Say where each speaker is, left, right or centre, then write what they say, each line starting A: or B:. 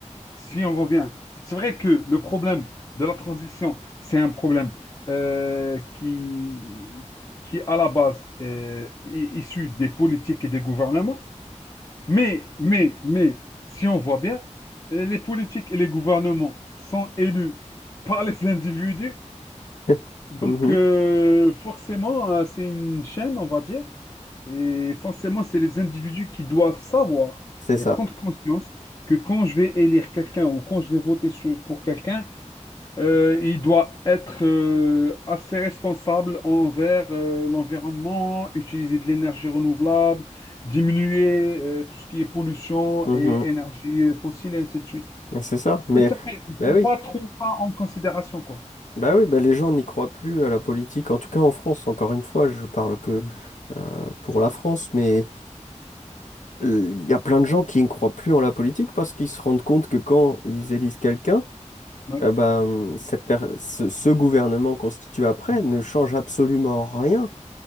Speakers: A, on the left; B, on the left.
A: si on revient, c'est vrai que le problème de la transition, c'est un problème euh, qui, qui, à la base, euh, est issu des politiques et des gouvernements. Mais, mais, mais, si on voit bien, les politiques et les gouvernements sont élus par les <laughs> individus.
B: <laughs>
A: Donc,
B: Mhm.
A: euh, forcément, euh, c'est une chaîne, on va dire. Et forcément, c'est les individus qui doivent savoir
B: C'est ça.
A: et prendre conscience que quand je vais élire quelqu'un ou quand je vais voter sur- pour quelqu'un, euh, il doit être euh, assez responsable envers euh, l'environnement, utiliser de l'énergie renouvelable, diminuer euh, tout ce qui est pollution
B: Mhm.
A: et énergie fossile, et ainsi de suite.
B: C'est ça. Mais,
A: Oui, c'est vrai, on ne prend
B: bah oui,
A: pas trop ça en considération, quoi.
B: bah oui, bah les gens n'y croient plus à la politique, en tout cas en France, encore une fois, je parle que
A: Mm.
B: euh, pour la France, mais euh, il y a plein de gens qui ne croient plus en la politique parce qu'ils se rendent compte que quand ils élisent quelqu'un,
A: Ouais.
B: euh, bah, hum, cette per- ce, ce gouvernement constitué après
A: Mm.
B: ne change absolument rien